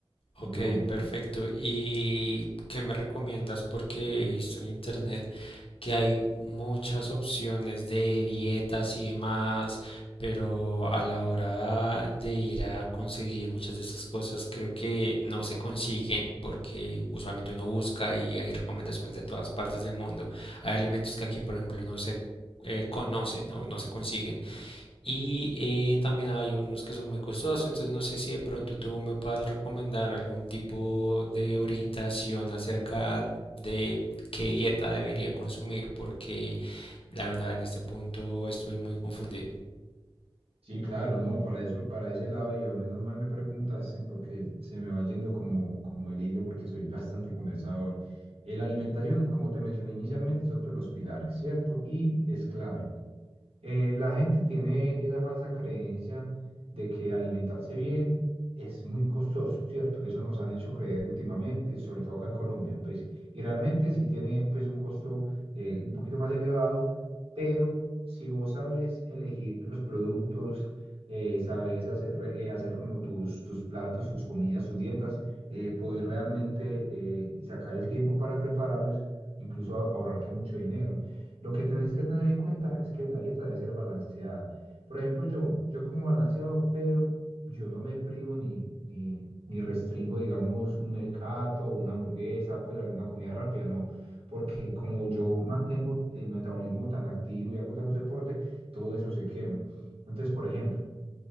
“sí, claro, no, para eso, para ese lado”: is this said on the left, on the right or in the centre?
Right